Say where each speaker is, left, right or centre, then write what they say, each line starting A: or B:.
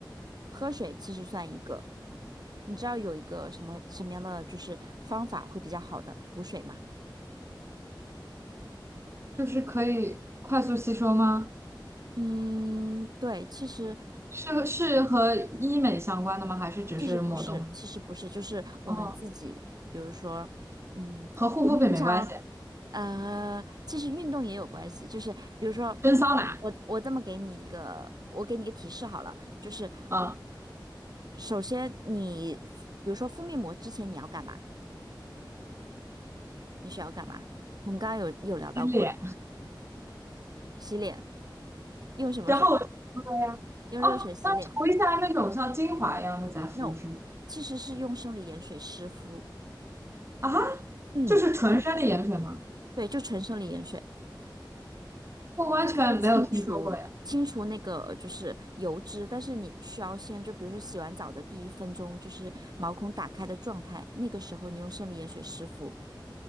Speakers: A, on the right; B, on the right.
A: 喝水其实算一个，你知道有一个什么什么样的就是方法会比较好的补水吗？
B: 就是可以快速吸收吗？
A: 嗯，对，其实
B: 是是和医美相关的吗？还是只是抹动？
A: 其实不是，其实不是，就是我们自己，
B: 哦，
A: 比如说，嗯，
B: 和护肤品没关系，
A: 我们平常，呃，其实运动也有关系，就是比如说，
B: 蒸桑拿，
A: 我我我这么给你一个，我给你一个提示好了，就是
B: 啊，
A: 首先你，比如说敷面膜之前你要干嘛？你需要干嘛？我们刚刚有有聊到过的，
B: 洗脸，
A: 洗脸，用什么水？
B: 然后我就敷了呀。
A: 用热水洗脸
B: 哦，那涂一下那种像精华一样的再敷是吗？
A: ？No，其实是用生理盐水湿敷。
B: 啊，
A: 嗯，
B: 就是纯生理盐水吗？
A: 对，就纯生理盐水。
B: 我完全没有听说过呀。
A: 它可以清除清除那个就是油脂，但是你需要先就比如说洗完澡的第一分钟，就是毛孔打开的状态，那个时候你用生理盐水湿敷，